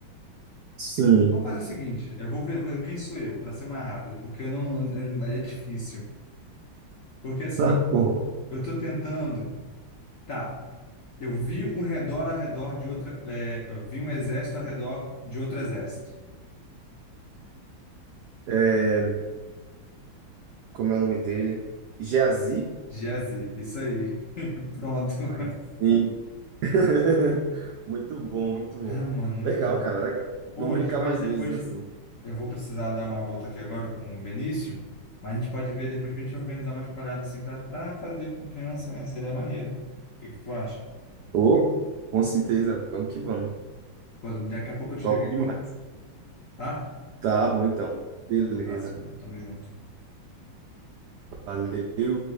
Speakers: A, on the right; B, on the left.
A: Sim.
B: Vamos fazer
A: <laughs>
B: o seguinte: eu vou ver, ver quem sou eu, para ser mais rápido, porque eu não. É é difícil. Porque assim,
A: Tá bom.
B: eu tô tentando. Tá, eu vi um redor ao redor de outra. é, eu vi um exército ao redor de outro exército.
A: É, como é o nome dele? Geazi?
B: Geazi, isso aí. <laughs> Pronto. <laughs>
A: Aí sim. <laughs> Muito bom, muito
B: Ah,
A: bom.
B: mano, muito
A: Legal,
B: bom.
A: cara, legal.
B: Ou
A: Vamos
B: a
A: brincar
B: gente pode
A: mais
B: depois.
A: vezes assim.
B: eu vou precisar dar uma volta aqui agora com o Benício, mas a gente pode ver depois pra gente organizar umas paradas assim pra, pra fazer com criança, né? Seria maneiro. O que que tu acha?
A: Ô, com certeza. Vamos que vamos.
B: Pô, Daqui a pouco eu te
A: Top
B: liguei,
A: demais.
B: tá?
A: Tá bom, então. Beleza.
B: Um abraço, mano. Tamo junto.
A: Valeu.